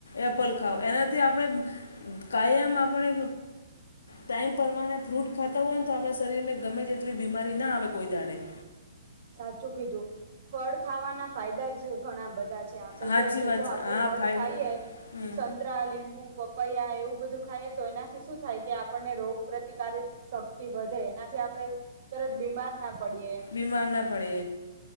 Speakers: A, on the left; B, on the right.
A: એપલ ખાઓ એનાથી આપણે કાયમ આપણે ટાઈમ પરમાણે ફ્રૂટ ખાતા હોય ને તો આપણા શરીરમાં ગમે જેટલી બીમારી ના આવે કોઈ દાડે.
B: સાચું કીધું ફળ ખાવાના ફાયદા જ. ઘણા બધા છે આપડે
A: સાચી
B: જોઈએ કે
A: વાત
B: જો
A: છે
B: આપડે
A: હા
B: ફળ
A: ફાયદા
B: ખાઈએ
A: હમ
B: સ. કતરા લીંબુ પપૈયા એવું બધું ખાય તો એનાથી શું થાય કે આપણને રોગ પ્રતિકાર. શક્તિ વધે એનાથી આપણે તરત બીમાર ના પડીએ. એમ
A: ી મારના પડે.